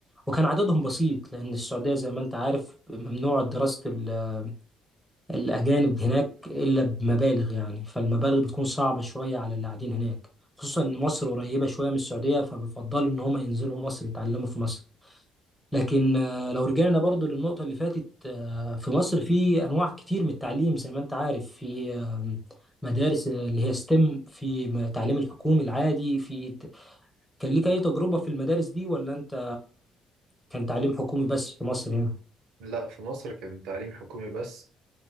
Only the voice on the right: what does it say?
لا في مصر كان تعليم حكومي بس